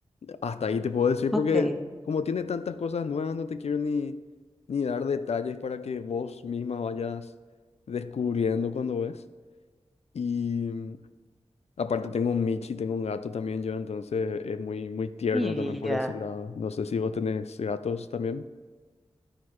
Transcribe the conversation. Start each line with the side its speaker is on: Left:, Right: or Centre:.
Left: Hasta ahí te puedo decir
Centre: ok,
Left: porque como tiene tantas cosas nuevas, no te quiero ni, ni dar detalles para que vos misma vayas descubriendo cuando ves. Y Aparte tengo un Michi, tengo un gato también yo, entonces es muy, muy tierno
Centre: mi vida.
Left: también por ese lado. No sé si vos tenés gatos también.